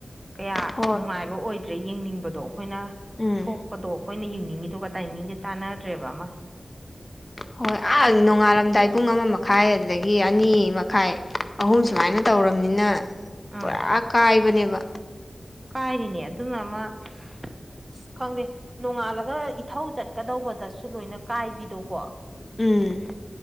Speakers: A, on the right; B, on the left.
A: ꯀꯌꯥ
B: ꯍꯣꯏ
A: ꯅꯨꯡꯉꯥꯏꯕ ꯑꯣꯏꯗ꯭ꯔꯦ ꯌꯦꯡꯅꯤꯡꯕꯗꯣ ꯑꯩꯈꯣꯏꯅ
B: ꯎꯝ
A: ꯊꯣꯛꯄꯗꯣ ꯑꯩꯈꯣꯏꯅ ꯌꯦꯡꯅꯤꯡ ꯇꯤꯗꯨ ꯇꯥꯏꯃꯤꯡꯁꯦ ꯆꯥꯟꯅꯗ꯭ꯔꯦꯕ ꯑꯃ
B: ꯍꯣꯏ ꯑꯥ ꯅꯣꯡꯉꯥꯜꯂꯝꯗꯥꯏ ꯄꯨꯡ ꯑꯃꯃ ꯃꯈꯥꯏ ꯑꯗꯒꯤ ꯑꯅꯤ ꯃꯈꯥꯏ ꯑꯍꯨꯝ ꯁꯨꯃꯥꯏꯅ ꯇꯧꯔꯕꯅꯤꯅ
A: ꯎꯝ
B: ꯄꯨꯔꯥ ꯀꯥꯏꯕꯅꯦꯕ
A: ꯀꯥꯏꯔꯤꯅꯦ ꯑꯗꯨꯅ ꯑꯃ ꯑꯁ ꯈꯪꯗꯦ ꯅꯣꯡꯉꯥꯜꯂꯒ ꯏꯊꯧ ꯆꯠꯀꯗꯧꯕꯗꯁꯨ ꯂꯣꯏꯅ ꯀꯥꯏꯕꯤꯗꯣꯀꯣ
B: ꯎꯝ